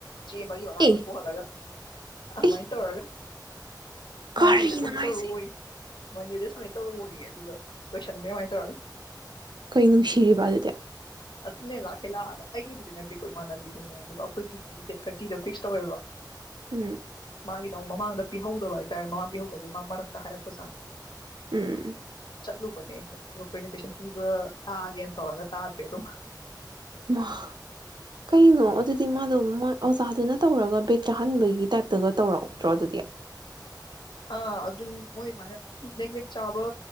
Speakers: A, on the left; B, on the right.
A: ꯆꯦ ꯃꯔꯤ ꯃꯉꯥ
B: ꯑꯦ
A: ꯅꯝꯊꯣꯛꯍꯜꯂꯒ ꯑꯗꯨꯃꯥꯏꯅ
B: ꯑꯦ
A: ꯇꯧꯔꯒ ꯃꯟꯗꯦꯗ
B: ꯀꯔꯤꯅꯣ
A: ꯁꯃꯤꯠ
B: ꯍꯥꯏꯁꯦ
A: ꯇꯧꯔꯛꯑꫭꯌꯦ꯫ ꯃꯟꯗꯦꯗ ꯁꯨꯃꯤꯠ ꯇꯧꯔꯛꯑꫭꯌꯦ ꯑꯗꯨꯒ ꯀꯣꯏꯁꯟꯒ ꯀꯃꯥꯏꯅ ꯇꯧꯔꯅꯤ
B: ꯀꯩ ꯅꯨꯡꯁꯤꯔꯤꯕ ꯑꯗꯨꯗꯤ꯫
A: ꯑꯗꯨꯅꯦ ꯂꯥꯛꯀꯦ ꯂꯥꯛꯑꯒ ꯑꯩꯒꯤꯕꯨꯗꯤ ꯅꯠꯇꯦꯀꯣ ꯏꯃꯥꯟꯅꯕꯤꯗꯨꯅꯦ ꯑꯗꯨꯒ ꯑꯩꯈꯣꯏꯒꯤꯗꯤ ꯗꯦꯠ ꯊꯥꯔꯇꯤꯗ ꯐꯤꯛꯁ ꯇꯧꯋꯦꯕ
B: ꯎꯝ
A: ꯃꯥꯒꯤꯅ ꯑꯃꯨꯛ ꯃꯃꯥꯡꯗ ꯄꯤꯍꯧꯗꯕ ꯍꯥꯏꯇꯥꯔꯦ ꯃꯃꯥꯡ ꯄꯤꯍꯧꯗꯕꯗꯨꯗ ꯃꯥ ꯃꯔꯛꯇ ꯍꯥꯏꯔꯛꯖꯥꯠꯅꯤ꯫
B: ꯎꯝ
A: ꯆꯠꯂꯨꯕꯅꯦ ꯔꯤꯄ꯭ꯔꯖꯦꯟꯇꯦꯁꯟ ꯄꯤꯕ ꯇꯥꯒꯦꯅ ꯇꯧꯔꯒ ꯇꯥꯗ꯭ꯔꯦ ꯑꯗꯨꯝ꯫
B: ꯏꯃꯥ ꯀꯩꯅꯣ ꯑꯗꯨꯗꯤ ꯃꯥꯗꯣꯃꫭꯏ ꯑꯣꯖꯥꯗꯨꯅ ꯇꯧꯔꯒ ꯕꯦꯛ ꯆꯥꯍꯟꯕꯒꯤ ꯇꯥꯏꯞꯇꯒ ꯇꯧꯔꯛꯇ꯭ꯔꯣ ꯑꯗꯨꯗꯤ꯫
A: ꯑ ꯑꯗꯨꯝ ꯃꯣꯏ ꯑꯗꯨꯃꯥꯏꯅ ꯅꯦꯒ꯭ꯂꯦꯛ ꯆꯥꯕ